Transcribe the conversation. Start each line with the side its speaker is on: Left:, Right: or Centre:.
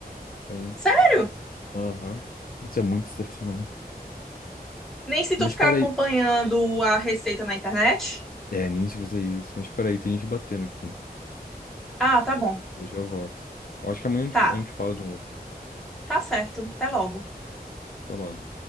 Left: Então,
Centre: Sério?
Left: aham. Isso é muito decepcionante.
Centre: Nem se tu
Left: Mas
Centre: ficar
Left: peraí.
Centre: acompanhando a receita na internet.
Left: É, nem se fizer isso. Mas peraí, tem gente batendo aqui.
Centre: Ah, tá bom.
Left: Eu já volto. Eu acho que amanhã a gente
Centre: Tá,
Left: a gente fala de novo.
Centre: tá certo. Até logo.
Left: Até logo.